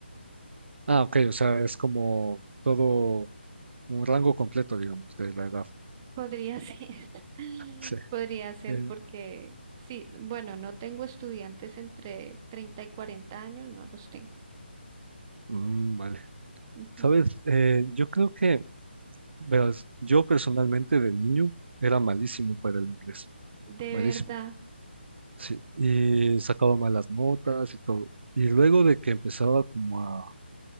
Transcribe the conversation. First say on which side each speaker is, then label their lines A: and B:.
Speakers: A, on the right (about 70°); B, on the right (about 20°).
A: Ah, ok, o sea, es como todo un rango completo, digamos, de la edad.
B: Podría ser, <laughs>
A: Sí.
B: podría ser
A: Eh,
B: porque, sí, bueno, no tengo estudiantes entre 30 y 40 años, no los tengo.
A: mm, vale.
B: Ujú.
A: Sabes, Eh, yo creo que, verás, yo personalmente de niño era malísimo para el inglés,
B: De
A: malísimo,
B: verdad.
A: sí, y sacaba malas notas y todo. Y luego de que empezaba como a